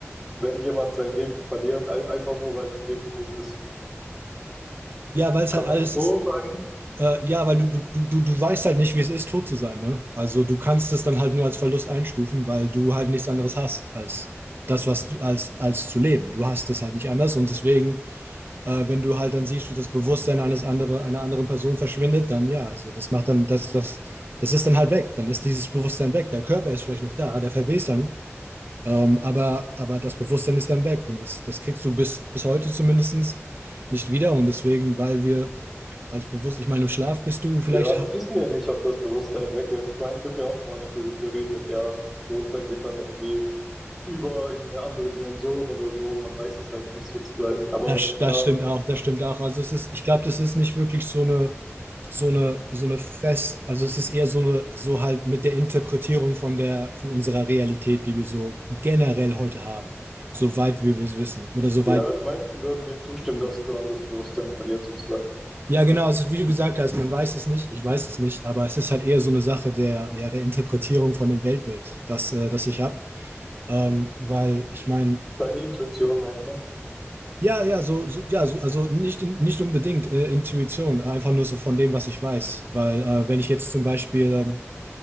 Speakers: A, in the centre; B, on the right.
A: wenn jemand sein Leben verliert, ei- einfach nur, weil das Leben gut ist.
B: Ja, weil es
A: Kann
B: halt alles
A: man das so
B: ist,
A: sagen?
B: Äh, ja, weil du, du, du, du du weißt halt nicht, wie es ist, tot zu sein, ne? Also du kannst es dann halt nur als Verlust einstufen, weil du halt nichts anderes hast als das, was du, als, als zu leben. Du hast es halt nicht anders und deswegen, äh, wenn du halt dann siehst, wie das Bewusstsein eines andere, einer anderen Person verschwindet, dann ja, also das macht dann, das, das, das ist dann halt weg. Dann ist dieses Bewusstsein weg. Der Körper ist vielleicht noch da, der verwest dann, ähm, aber, aber das Bewusstsein ist dann weg und das, das kriegst du bis, bis heute zumindest nicht wieder und deswegen, weil wir als bewusst. Ich meine, im Schlaf bist du vielleicht,
A: Ja, das wissen wir ja nicht, ob das Bewusstsein weg ist. Ich meine, es gibt ja auch immer noch diese Theorien mit, ja, das Bewusstsein geht dann irgendwie über in eine andere Dimension oder so. Man weiß es halt nicht sozusagen. Aber
B: das, das
A: ja,
B: stimmt auch, das stimmt auch. Also es ist, ich glaube, das ist nicht wirklich so eine, so eine, so eine fest, also es ist eher so eine, so halt mit der Interpretierung von der, von unserer Realität, die wir so generell heute haben. Soweit wir es wissen. Oder soweit,
A: ja, die meisten würden dem zustimmen, dass dann das Bewusstsein verliert sozusagen.
B: ja genau, also wie du gesagt hast, man weiß es nicht, ich weiß es nicht, aber es ist halt eher so eine Sache der, ja, der Interpretierung von dem Weltbild, das, äh, das ich habe. Ähm, weil ich meine,
A: Deine Intuition, meinst du?
B: Ja, ja, so, so ja, so, also nicht, in- nicht unbedingt äh, Intuition, einfach nur so von dem, was ich weiß. Weil äh, wenn ich jetzt zum Beispiel, ähm,